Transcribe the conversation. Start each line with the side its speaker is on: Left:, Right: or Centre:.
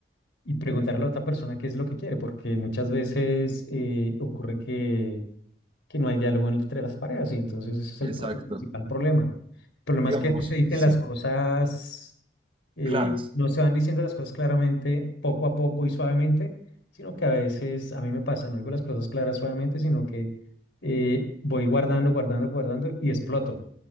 Left: y preguntar a la otra persona qué es lo que quiere, porque muchas veces eh, ocurre que que no hay diálogo entre las parejas y entonces ese es el,
Right: Exacto.
Left: pro- el principal problema. El problema
Right: Digamos,
Left: es que no se dicen
Right: sí.
Left: las cosas, eh,
Right: Claras.
Left: no se van diciendo las cosas claramente, poco a poco y suavemente, sino que a veces a mí me pasa, no digo las cosas claras suavemente, sino que eh, voy guardando, guardando, guardando y exploto.